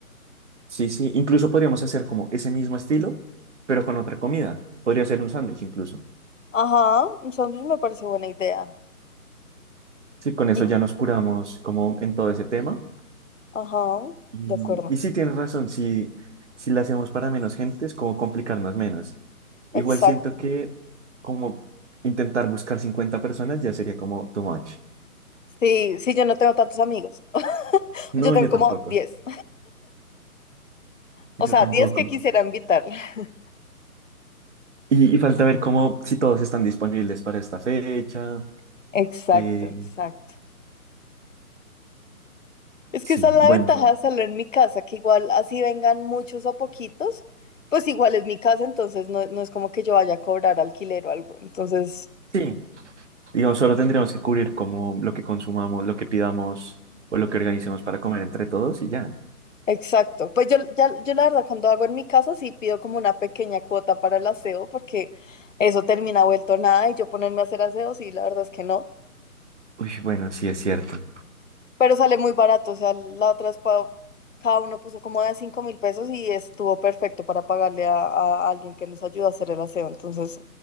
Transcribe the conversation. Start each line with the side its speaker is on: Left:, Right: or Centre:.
Right: Sí, sí. Incluso podríamos hacer como ese mismo estilo, pero con otra comida. Podría ser un sándwich incluso.
Left: Ajá, un sándwich me parece buena idea.
Right: Sí, con eso
Left: Y,
Right: ya nos curamos como en todo ese tema.
Left: ajá,
Right: Y,
Left: de acuerdo.
Right: y sí, tienes razón, si, si la hacemos para menos gente es como complicarnos menos. Igual
Left: Exacto.
Right: siento que como intentar buscar 50 personas ya sería como too much.
Left: Sí, sí, yo no tengo tantos amigos. <laughs>
Right: No,
Left: Yo tengo
Right: yo
Left: como
Right: tampoco,
Left: diez O
Right: yo
Left: sea,
Right: tampoco.
Left: 10 que quisiera invitar. <laughs>
Right: Y, y falta ver cómo, si todos están disponibles para esta fecha,
Left: Exacto,
Right: que
Left: exacto. Es
Right: sí,
Left: que esa es la
Right: bueno,
Left: ventaja de hacerlo en mi casa, que igual así vengan muchos o poquitos, pues igual es mi casa, entonces no, no es como que yo vaya a cobrar alquiler o algo. Entonces,
Right: sí, digamos, solo tendríamos que cubrir como lo que consumamos, lo que pidamos o lo que organicemos para comer entre todos y ya.
Left: exacto. Pues yo, ya- yo la verdad cuando hago en mi casa sí pido como una pequeña cuota para el aseo, porque eso termina vuelto nada y yo ponerme a hacer aseo, sí, la verdad es que no.
Right: Uy, bueno, sí es cierto.
Left: Pero sale muy barato, o sea, la otra vez pa- cada uno puso como de cinco mil pesos y estuvo perfecto para pagarle a, a alguien que nos ayuda a hacer el aseo, entonces